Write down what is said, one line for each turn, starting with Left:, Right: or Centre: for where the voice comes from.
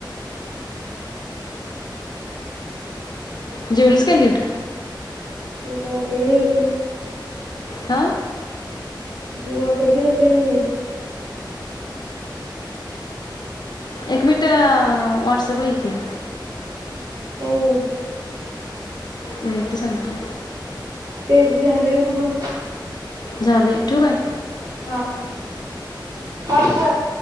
Left: जेवलीस काय नीट?
Right: मी <unintelligible> पडले होते.
Left: हा.
Right: <unintelligible> जेवतेय मी.
Left: एक मिनिट व्हॉट्सॲप ये की.
Right: <unintelligible>
Left: <unintelligible> सांगतो.
Right: तेच झालंय उभं.
Left: झाले. ठेऊ काय?
Right: हा, कॉल कर.